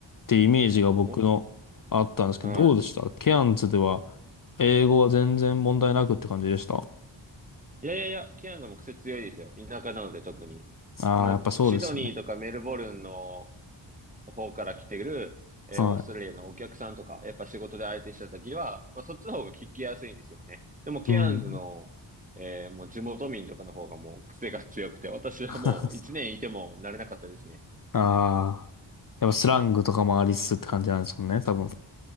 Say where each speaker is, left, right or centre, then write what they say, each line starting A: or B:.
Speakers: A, on the left; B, on the right.
A: ていうイメージが僕のあったんですけど、
B: お、は
A: どうでしたケアンズでは、英語は全然問題なくって感じでした。
B: い。いやいやいや、キアヌも癖強いですよ。田舎なので特に。
A: ああー、
B: もう、
A: やっぱそうですよね。
B: シドニーとかメルボルンの方から来てる、えーオーストラリアのお客さんとか、
A: は
B: やっぱ仕事で相手した時は、まあ、そっちの方が聞きやすいんですよね。でも、ケアンズの、
A: い。うん。
B: えーもう地元民とかの方がもう癖が強くて、私はもう一年いても慣れなかったですね。
A: <laughs> ああ。やっぱスラングとかもありつつって感じなんですもんね、多分。